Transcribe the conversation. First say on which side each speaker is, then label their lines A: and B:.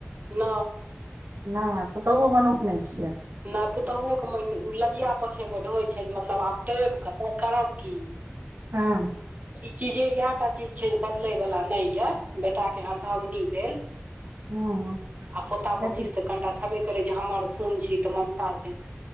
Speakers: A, on the right; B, on the right.
A: न।
B: न पुतहु मनुख नहि छियै
A: नहि पुतोहुओ के म लजिया पोछे गो ढोइ छै जे मतलब आब देब कऽ तऽ करब की
B: हँ।
A: ई चीजे इएह टा चीज छै जे बदले वाला नहि ये बेटा के अर्धांगिनी भेल
B: हँ
A: आ पोता
B: देखी
A: पोती तऽ कनिटा छेबे करै जे हमर खून छी तऽ ममता यो